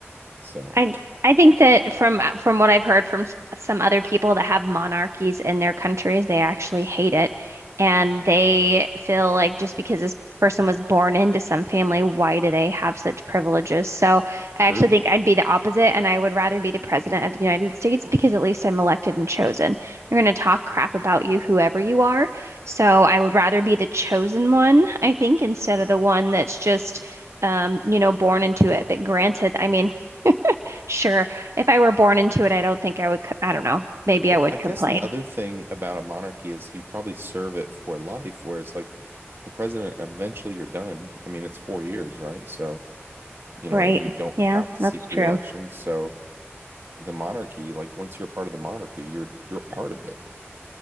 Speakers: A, on the right; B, on the right.
A: So
B: I I think that from from what I've heard from s- some other people that have monarchies in their countries, they actually hate it, and they feel like just because this person was born into some family, why do they have such privileges? So I
A: True.
B: actually think I'd be the opposite, and I would rather be the
A: <clears throat>
B: president of the United States because at least I'm elected and chosen. They're going to talk crap about you, whoever you are. So I would rather be the chosen one, I think, instead of the one that's just um, you know, born into it. But granted, I mean. Sure. If I were born into it, I don't think I would, co- I don't know. Maybe
A: well,
B: I would
A: I guess
B: complain,
A: the other thing about a monarchy is you probably serve it for life, whereas like the president, eventually you're done. I mean, it's four years, right? So, you know,
B: right?
A: and you don't
B: Yeah,
A: have to
B: that's
A: seek reelection.
B: true.
A: So the monarchy, like once you're part of the monarchy, you're you're part of it.